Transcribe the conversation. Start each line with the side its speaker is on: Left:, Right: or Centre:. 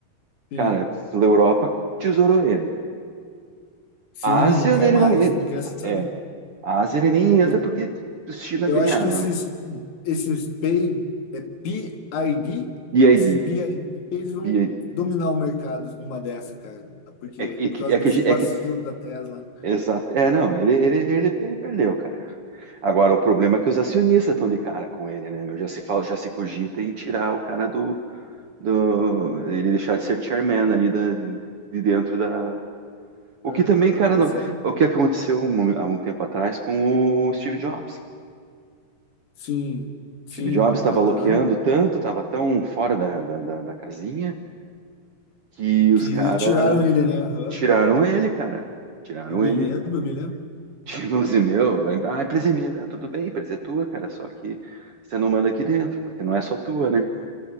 Left: Sim,
Right: Cara, a Europa tesourou ele.
Left: sim,
Right: A Ásia,
Left: não quer
Right: ele
Left: mais,
Right: não. nem-
Left: não quer saber.
Right: é, a Ásia ele nem entra
Left: E-
Right: porque os China
Left: Eu
Right: ganharam,
Left: acho que esses,
Right: né?
Left: esses B, é BID,
Right: BID.
Left: esses BID, eles vão
Right: BID.
Left: dominar o mercado numa dessa, cara, porque
Right: É, é que,
Left: por causa
Right: é
Left: desses
Right: que a gente-
Left: vacilos
Right: é que
Left: da Tesla. né?
Right: Exato. É, não, ele, ele, ele, ele perdeu, cara. Agora, o problema é que os acionistas estão de cara com ele, né? meu? Já se fala, já se cogita em tirar o cara do, do, ele deixar de ser chairman ali da, de dentro da. O
Left: Aham,
Right: que também, cara,
Left: pois
Right: não-
Left: é.
Right: o que aconteceu mu- há um tempo atrás com o Steve Jobs.
Left: Sim, sim,
Right: Steve Jobs estava
Left: aham.
Right: loqueando tanto, estava tão fora da, da, da, da casinha que os
Left: Que
Right: caras
Left: tiraram ele, né? Aham.
Right: tiraram ele, cara. Tiraram
Left: Eu me
Right: ele
Left: lembro, eu me lembro.
Right: Tinha um e meu, ah, a empresa é minha, Não, tudo bem, a empresa é tua, cara, só que você não manda aqui dentro, porque não é só tua, né?